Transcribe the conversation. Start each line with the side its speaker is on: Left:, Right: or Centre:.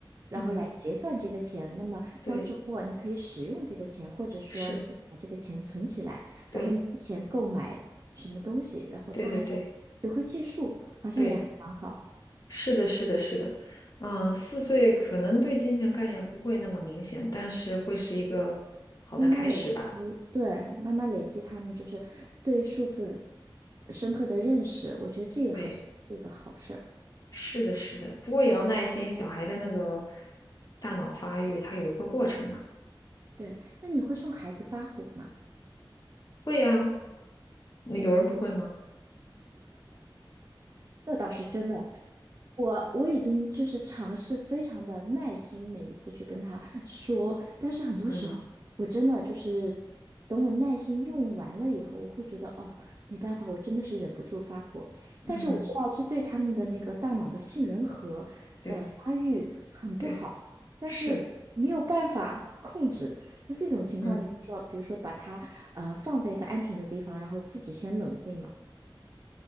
Right: 然后来结算这个钱，
Left: 嗯，
Right: 那么到周末你可以使用这个钱，
Left: 对，
Right: 或者说你可以把这个钱存起来，
Left: 是，对
Right: 然后你的钱购买什么东西，然后他还能学会计数，
Left: 对对对。
Right: 好像也还蛮好。
Left: 对，是的，是的，是的，嗯，四岁可能对金钱概念不会那么明显，但是会是一个好的开始吧。
Right: 慢慢累积，对，慢慢累积他们就是对数字深刻的认识，我觉得这也好像是一个好事儿。
Left: 对，是的，是的，不过也要耐心，
Right: 但是我
Left: 小孩的那个大脑发育，它有一个过程嘛。
Right: 对，那你会冲孩子发火吗？
Left: 会呀，那有人不会吗？
Right: 那倒是真的，我我已经就是尝试非常的耐心，每一次去跟他说，但是很多时候我真的就是
Left: 嗯
Right: 等我耐心用完了以后，我会觉得哦，没办法，我真的是忍不住发火。但是我知道这对他们的那个大脑的杏仁核的发育很不好，
Left: 嗯，对对，
Right: 但是没有办法控制。
Left: 是，
Right: 那这种情况，
Left: 嗯
Right: 你会说，比如说把它呃放在一个安全的地方，然后自己先冷静嘛。